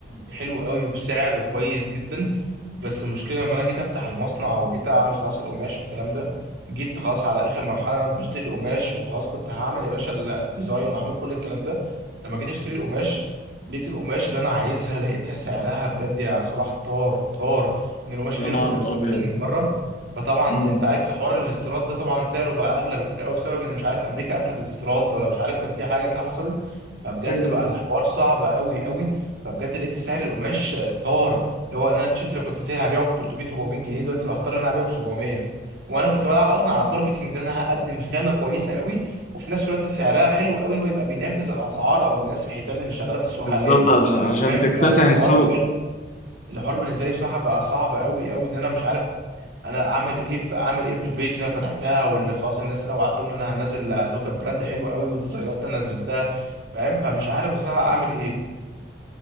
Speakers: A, on the right; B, on the left.
A: حلو قوي وبسعر كويس جدا بس المشكله لما انا جيت افتح المصنع وجيت اعمل خلاص القماش والكلام ده جيت خلاص على اخر مرحله انا بشتري القماش وخلاص كنت هعمل يا باشا الديزاين وعامل كل الكلام ده لما جيت اشتري القماش لقيت القماش اللي انا عايزها لقيتها سعرها بجد يا صلاح طار طار ان القماش
B: يا
A: دي
B: نهار
A: انا كنت بستوردها
B: أبيض
A: من بره فطبعا
B: مم.
A: انت عرفت حوار إن الاستيراد ده طبعا سعره بقى اغلى بكتير قوي بسبب ان مش عارف امريكا قفلت الاستيراد ولا مش عارف كان في حاجه كده حصلت فبجد
B: ايوه
A: بقى
B: ايوه
A: الحوار صعب قوي قوي فبجد لقيت سعر القماش طار اللي هو انا التيشيرت اللي كنت سايبها هبيعه ب 300 400 جنيه دلوقتي هضطر ان انا ابيعه ب 700 وانا كنت بلعب اصلا على التارجتنج ده انا هقدم خامه كويسه قوي وفي نفس الوقت سعرها حلو قوي ان هو يبقى بينافس الاسعار او الناس الحيتان اللي شغاله في السوق
B: بالظبط
A: حاليا
B: عشان عشان
A: فاهم
B: تكتسح
A: فالحوار
B: السوق
A: الحوار بالنسبه لي بصراحه بقى صعب قوي قوي ان انا مش عارف انا اعمل ايه في اعمل ايه في البيج اللي انا فتحتها واللي خلاص الناس انا وعدتهم ان انا هنزل لوك اب براند حلو قوي والديزاينات انا نزلتها فاهم فمش عارف بصراحه اعمل ايه